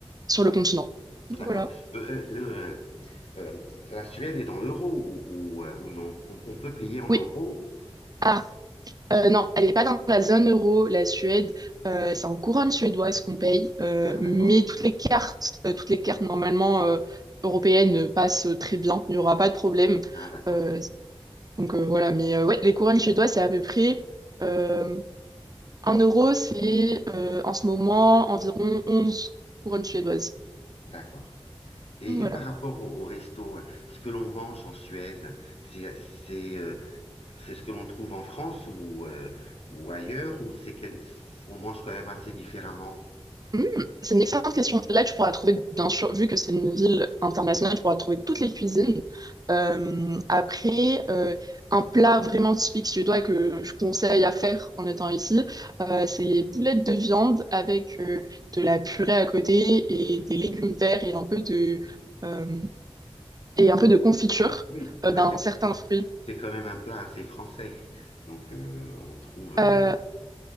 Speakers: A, on the right; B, on the left.
A: sur le continent.
B: D'accord.
A: Voilà.
B: Euh, euh, le, euh, euh, la Suède est dans l'euro ou, ou, euh, ou non? On, on peut payer en
A: Oui.
B: euros?
A: Ah, euh, non, elle n'est pas dans la zone euro, la Suède. Euh, c'est en couronne suédoise qu'on paye. euh,
B: Ah,
A: mais
B: d'accord.
A: toutes les cartes, euh, toutes les cartes normalement euh, européennes euh, passent très bien. Il n'y aura pas de problème.
B: Ah, d'accord.
A: Euh, Donc euh, voilà, mais euh, ouais, les couronnes chez toi, c'est à peu près euh, 1 euro, c'est euh, en ce moment environ onze couronnes suédoises.
B: D'accord. Et,
A: Donc, Voilà.
B: et par rapport au, au resto, hein, ce que l'on mange en Suède, c'est, c'est, euh, c'est ce que l'on trouve en France ou, euh, ou ailleurs, ou c'est quel- on mange quand même assez différemment?
A: Hmm, c'est une excellente question. Là, tu pourras trouver, bien sûr, vu que c'est une ville internationale, tu pourras trouver toutes les cuisines. Euh, après, euh, un plat vraiment typique suédois que je conseille à faire en étant ici, euh, c'est les boulettes de viande avec euh, de la purée à côté et des légumes verts et un peu de, euh, et un peu de confiture
B: Oui,
A: euh,
B: ben
A: d'un
B: c'est,
A: certain
B: c'est,
A: fruit.
B: c'est quand même un plat assez français. Donc, euh, on trouve... euh,
A: Euh,